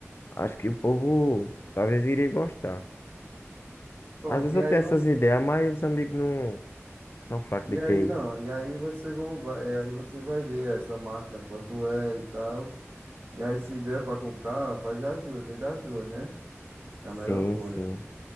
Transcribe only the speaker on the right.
Pronto,
e
aí
você.
E
aí
não, e aí você vão, vai, e aí você vai ver essa máquina, quanto é e tal. E aí se der pra comprar, faz as duas, vem das duas, né? Que é a melhor
coisa.